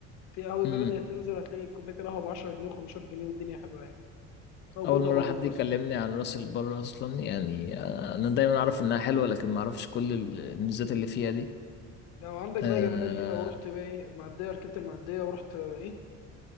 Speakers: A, on the left (about 70°); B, on the left (about 40°).
A: في قهاوي بلدي
B: مم.
A: هتنزل هتلاقي الكوبايه القهوه ب 10 جنيه و15 جنيه والدنيا حلوه يعني موجوده
B: أول مرة
A: برضه
B: حد
A: في
B: يكلمني
A: راس البر
B: عن راس البر أصلا يعني آه، أنا دايما أعرف إنها حلوة لكن ما أعرفش كل ال- الميزات اللي فيها دي
A: لو عندك
B: آه...
A: بقى يا جمدان ايه لو رحت بقى ايه المعديه ركبت المعديه ورحت آه، ايه